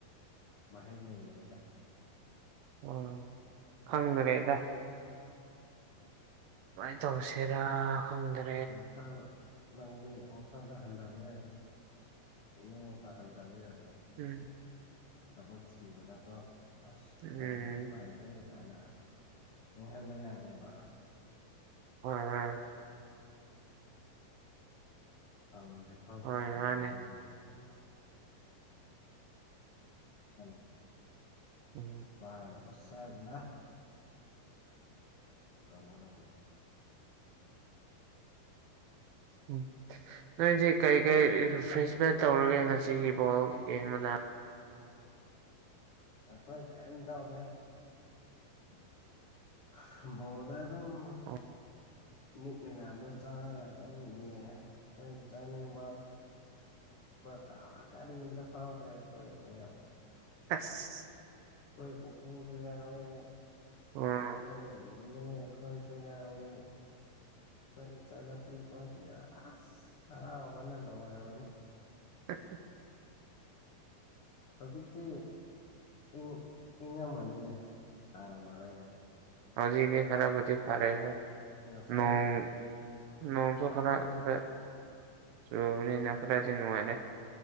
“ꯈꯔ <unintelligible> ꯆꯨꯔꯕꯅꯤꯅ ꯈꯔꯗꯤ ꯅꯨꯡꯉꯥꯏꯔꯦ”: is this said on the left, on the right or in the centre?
Right